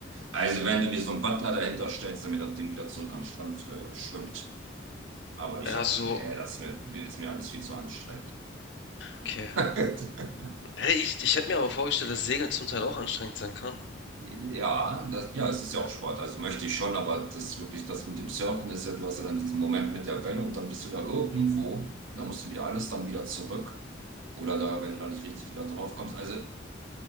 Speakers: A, on the right; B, on the left.
A: Also wenn du mir so einen Butler dahinter stellst, damit das Ding wieder zurück an den Strand äh, schwimmt. Aber ich
B: Ja,
A: hab,
B: so,
A: nee, das ist mir, ist mir alles viel zu anstrengend.
B: okay.
A: <laughs>
B: Hey, ich, ich hätte mir aber vorgestellt, dass Segeln zum Teil auch anstrengend sein kann.
A: Ja, das, ja, es ist ja auch
B: Ja.
A: Sport, also möchte ich schon, aber das wirklich, das mit dem Surfen ist ja, du hast ja dann diesen Moment mit der Welle und dann bist du da irgendwo, da musst du wieder alles dann wieder zurück oder da, wenn du da nicht richtig wieder drauf kommst. Also,